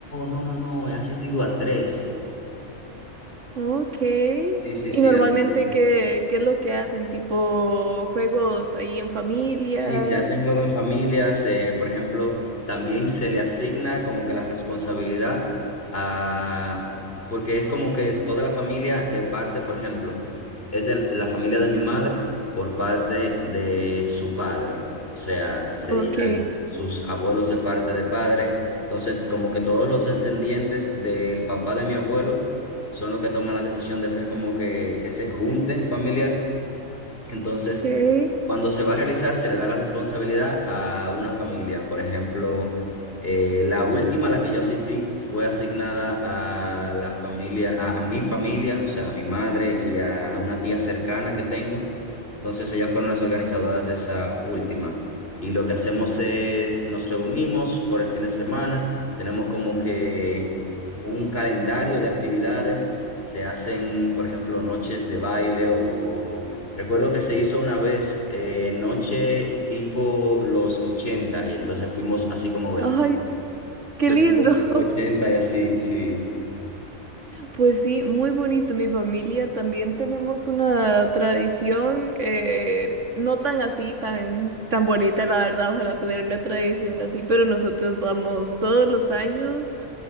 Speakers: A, on the left; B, on the right.
A: no, no, no, he asistido a tres.
B: Ok.
A: Sí, sí,
B: ¿Y
A: sí.
B: normalmente
A: he asistido.
B: qué, qué es lo que hacen? ¿Tipo juegos ahí en familia?
A: Sí, se hacen juegos en familia, se, por ejemplo, también se le asigna como que la responsabilidad a, porque es como que toda la familia de parte, por ejemplo, es de la familia de mi madre por parte de su padre, o sea, serían
B: Ok,
A: sus abuelos de parte de padre, entonces como que todos los descendientes del papá de mi abuelo son los que toman la decisión de hacer como que ese junte familiar. Entonces,
B: ok.
A: cuando se va a realizar, se le da la responsabilidad a una familia. Por ejemplo, eh, la última a la que yo asistí fue asignada a la familia, a, a mi familia, o sea, a mi madre y a una tía cercana que tengo. Entonces ellas fueron las organizadoras de esa última. Y lo que hacemos es, nos reunimos por el fin de semana, tenemos como que un calendario de actividades, se hacen, por ejemplo, noches de baile o... Recuerdo que se hizo una vez eh, noche tipo los 80 y entonces fuimos así como vestidos,
B: Ay, qué
A: vestidos
B: lindo.
A: tipo
B: <laughs>
A: 80 y así, sí.
B: Pues sí, muy bonito. Mi familia también tenemos una tradición, eh, no tan así, tan, tan bonita, la verdad. Ojalá tener una tradición así, pero nosotros vamos todos los años,